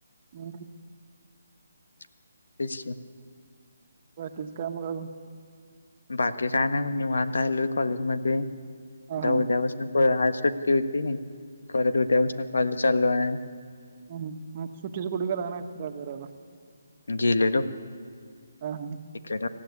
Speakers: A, on the right (about 35°); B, on the left (about 80°).
A: हम्.
B: <unintelligible>
A: बाकीच काम करुन
B: बाकी काय नाही म्हण निवंत राहिलोय, कॉलेज मध्ये
A: हा
B: <unintelligible>
A: हा
B: उद्यापासून सुट्टी होती, परत उद्यापासून कॉलेज चालूलू आहे.
A: हम् म सुट्टीच कुट गेला नाय फिराय-बीरायला?
B: गेलेलो.
A: हा
B: तिकड